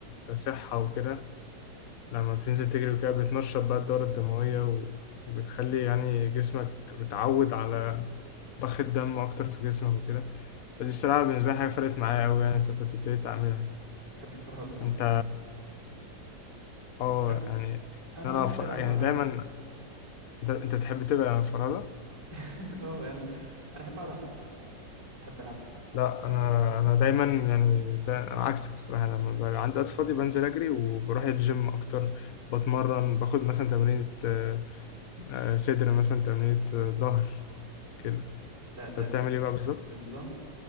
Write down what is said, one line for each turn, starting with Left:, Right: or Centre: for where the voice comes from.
Left: كصحه وكده لما بتنزل تجري وكده بتنشط بقى الدوره الدمويه و- وبتخلي يعني جسمك بتعود على ضخ الدم اكتر في جسمك وكده فدي الصراحه بالنسبه لي حاجه فرقت معايا قوي يعني أنت كنت ابتديت اعملها
Right: تحب الفرهدة
Left: انت اه
Right: لا
Left: يعني
Right: انا
Left: إن انا
Right: انا
Left: ف...
Right: ابعد
Left: يعني
Right: عن الفرهدة
Left: دايما انت انت بتحب تبقى فرادة؟
Right: <laughs> اه يعني انا احب اقعد على الكمبيوتر احب العب
Left: لا
Right: آه
Left: انا انا دايما يعني زي انا عكسك الصراحه لما بقى عندي وقت فاضي بنزل اجري وبروح الجيم اكتر بتمرن باخد مثلا تمرينة آه، آه، صدر مثلا تمرينة آه، ظهر كده
Right: ده
Left: انت
Right: ده
Left: بتعمل ايه بقى بالظبط؟
Right: بنظام